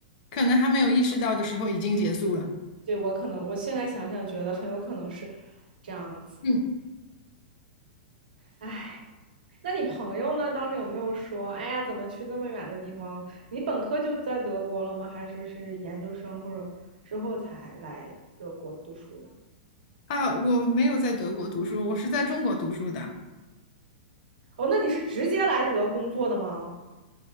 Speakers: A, on the left; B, on the right.
A: 可能还没有意识到的时候已经结束了。
B: 对，我可能，我现在想想觉得很有可能是这样子，
A: 嗯
B: 唉。那你朋友呢？当时有没有说，哎呀，怎么去这么远的地方？你本科就在德国了吗？还是是研究生或者之后才来德国读书的？
A: 啊，我没有在德国读书，我是在中国读书的。
B: 哦，那你是直接来德工作的吗？